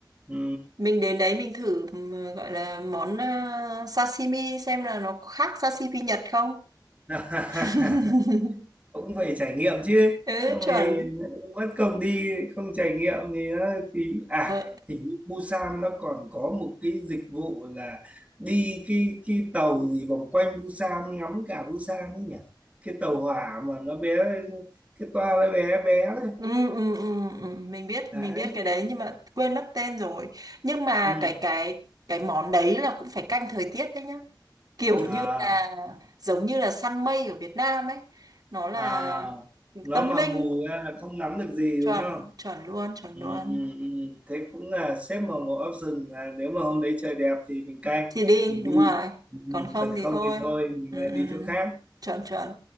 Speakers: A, on the right; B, on the right.
A: ừ.
B: Mình đến đấy mình thử ừm, gọi là món ờ, sashimi xem là nó khác sashimi Nhật không.
A: <laughs>
B: <laughs>
A: cũng phải trải nghiệm chứ
B: Ừ
A: xong
B: chuẩn.
A: rồi mất công đi không trải nghiệm thì nó hơi phí à
B: Ờ,
A: hình như Busan nó còn có một cái dịch vụ là đi cái cái tàu gì vòng quanh Busan ngắm cả Busan ấy nhỉ cái tàu hỏa mà nó bé cái toa nó bé bé đấy
B: Ừ, ừ, ừ, ừ, mình biết
A: đấy
B: mình biết cái đấy nhưng mà quên mất tên rồi nhưng mà
A: ừ.
B: cái cái cái món đấy là cũng phải canh thời tiết đấy nhá kiểu
A: à
B: như là giống như là săn mây ở Việt Nam ấy nó là
A: à nó
B: tâm
A: mà
B: linh
A: mù ra là không ngắm được gì
B: chuẩn
A: đúng không
B: chuẩn luôn chuẩn
A: Ừ,
B: luôn
A: ừ, ừ. Thế cũng là xếp vào một option là nếu mà hôm đấy trời đẹp thì mình canh
B: thì đi
A: mình đi
B: đúng rồi
A: ừ,
B: còn không
A: còn
B: thì
A: không
B: thôi
A: thì thôi mình
B: ừ,
A: lại đi
B: ừ, ừ.
A: chỗ khác
B: chuẩn chuẩn